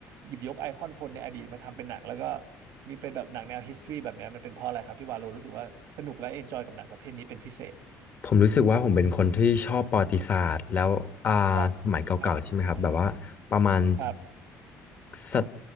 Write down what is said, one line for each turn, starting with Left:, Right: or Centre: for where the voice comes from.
Right: หยิบยกไอคอนคนในอดีตมาทำเป็นหนังแล้วก็มีเป็นแบบหนังแนว history แบบเนี้ยมันเป็นเพราะอะไรครับที่วาโลรู้สึกว่าสนุกและเอนจอยกับหนังประเภทนี้เป็นพิเศษ
Left: ผมรู้สึกว่าผมเป็นคนที่ชอบประวัติศาสตร์แล้วอ่า
Right: ครับครับ
Left: สมัยเก่าๆใช่ไหมครับแบบว่าประมาณ
Right: ครับ
Left: ศต